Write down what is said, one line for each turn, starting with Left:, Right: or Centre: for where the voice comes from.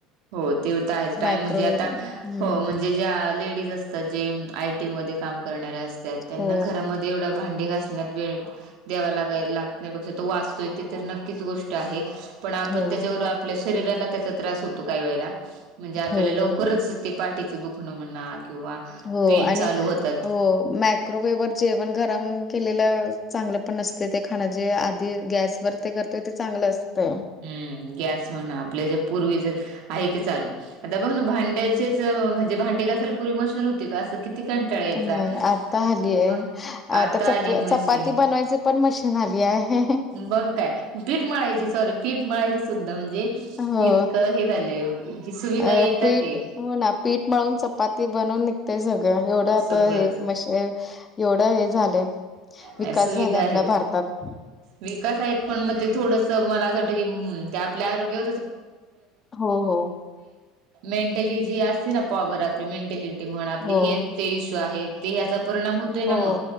Right: हो तेीवथ आहेच टायम
Left: मायक्रोवेव्ह
Right: म्हणजे आता
Left: हं.
Right: हो म्हणजे ज्या लेडीज अस आता जे आय टीमध्ये काम करणाऱे असतात त्यांना
Left: हो,
Right: घरामध्ये एवढं भांडी घासण्यात वेळ द्यावा लाग लाग नाहीपेक्षा तो वाचतोय ते तर नक्कीच गोष्ट आहे पण आपण
Left: हो,
Right: त्याच्यावर आपल्या शरीराला त्याचा त्रास होतो काही वेळेला म्हणजे आपल्याला
Left: हो बरोबर
Right: लवकरच
Left: आहे.
Right: ते पाठीचं दुखणं म्हणा किंवा
Left: हो
Right: पेन
Left: आणि
Right: चालू होतात
Left: हो मॅ मायक्रोवेव्हवरर जेवण गरम केलेलं चांगलं पण नसते ते खाणं जे आधी गॅसवर ते कर तथ चांगलं असतय
Right: हम्म गॅस म्हणा आपले जे पूर्वी ज आहे ते चालू आता बघ ना भांड्याचेच म्हणजे भांडे कसााल पुरी मशून हो अस किती कंटाळायचा
Left: नाही आता आली
Right: मग
Left: आहे.
Right: आता
Left: चप
Right: आली मशीन
Left: चपाती बनवायची पण मशीन आली आहे
Right: बघ काय पीठ मळायची सॉरी पीठ मळायची सुद्धा म्हणजे
Left: हो
Right: इतकं हे झालंय कि सुविधा
Left: अ
Right: येतात
Left: पीठ
Right: ते
Left: हो ना पीठ मळून चपाती बनवून निघते सगळं एवढं आता
Right: सगळंच.
Left: हे मे एवढं हे झालंय विकास
Right: नाही सुविधा
Left: झालाय आपल्या
Right: आहेत.
Left: भारतात
Right: विकास आहेत पण मग ते थोडंस मला असं वाटतं की ते आपल्या आरोग्यावर
Left: हो हो
Right: <inaudible> जी असते ना पॉवर आपली मेंटेलिटी म्हण आपली
Left: हो
Right: हेल्थचे इश्यू आहेत ते याचा परिणाम होतोय ना
Left: हो
Right: मग